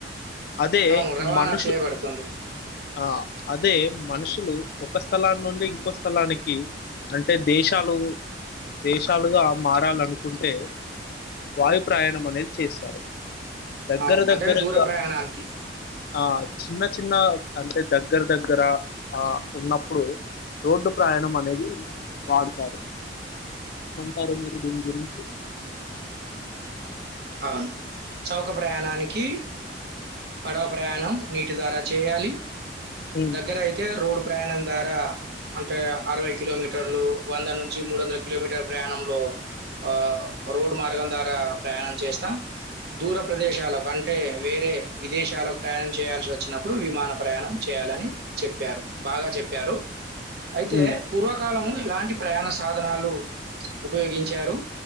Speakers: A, on the left; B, on the right.
A: అదే
B: అవును రవాణా
A: మనుషు
B: చేయబడుతుంది
A: ఆ అదే మనుషులు ఒక స్థలాన్ని నుండి ఇంకో స్థలానికి అంటే దేశాలు దేశాలుగా మారాలనుకుంటే వాయు ప్రయాణం అనేది చేశారు దగ్గర
B: అవును
A: దగ్గరగ
B: అంటే దూర ప్రయాణానికి
A: ఆ చిన్న చిన్న అంటే దగ్గర దగ్గర ఆ ఉన్నప్పుడు రోడ్డు ప్రయాణం అనేది వాడతారు ఏమంటారు మీరు దీని గురించి
B: అవును చౌక ప్రయాణానికి పడవ ప్రయాణం నీటి ద్వారా చేయాలి
A: ఉమ్
B: దగ్గర అయితే రోడ్ ప్రయాణం ద్వారా అంటే అరవై కిలోమీటర్లు వంద నుంచి మూడు వందల కిలోమీటర్ల ప్రయాణంలో ఆ రోడ్డు మార్గం ద్వారా ప్రయాణం చేస్తాం దూర ప్రదేశాలకు అంటే వేరే విదేశాలకు ప్రయాణం చేయాల్సి వచ్చినప్పుడు విమాన ప్రయాణం చేయాలని చెప్పారు బాగా చెప్పారు అయితే
A: ఉమ్
B: పూర్వకాలం ఎలాంటి ప్రయాణ సాధనాలు ఉపయోగించారు